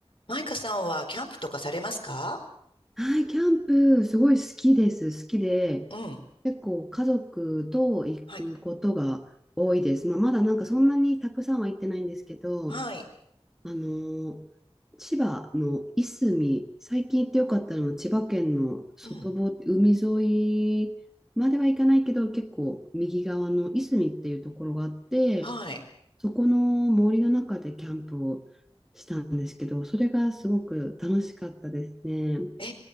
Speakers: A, on the left; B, in the centre.
A: マイカさんはキャンプとかされますか
B: はい、キャンプ、すごい好きです。好きで、
A: うん。
B: 結構家族と行くことが多いです。
A: はい。
B: まあ、まだなんかそんなにたくさんは行ってないんですけど、
A: はい。
B: あのー千葉のいすみ、最近行ってよかったのは千葉県の外房、
A: うん。
B: 海沿いまでは行かないけど、結構右側のいすみっていうところがあって、
A: はい。
B: そこの森の中でキャンプをしたんですけど、それがすごく楽しかったですね。
A: え